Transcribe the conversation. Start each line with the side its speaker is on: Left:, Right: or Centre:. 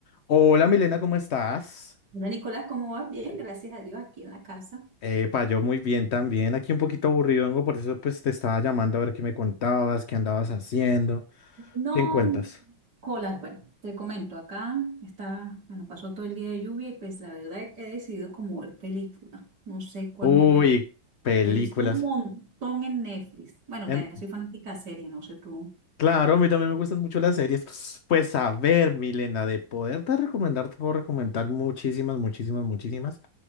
Left: Hola Milena, ¿cómo estás?
Right: Hola Nicolás, ¿cómo vas? Bien, gracias a Dios, aquí en la casa.
Left: Epa, yo muy bien también, aquí un poquito aburrido, vengo, por eso pues te estaba llamando a ver qué me contabas, qué andabas haciendo,
Right: No,
Left: ¿Qué cuentas?
Right: Nicolás, bueno, te comento, acá está, bueno, pasó todo el día de lluvia y pues la verdad es que he decidido como ver película. No sé cuál
Left: Uy,
Right: me... rec-
Left: películas.
Right: He visto un montón en Netflix. Bueno,
Left: En-
Right: también soy fanática de serie, no sé tú.
Left: claro, a mí también me gustan mucho las series. Pues a ver, Milena, de poderte recomendar, te puedo recomendar muchísimas, muchísimas, muchísimas,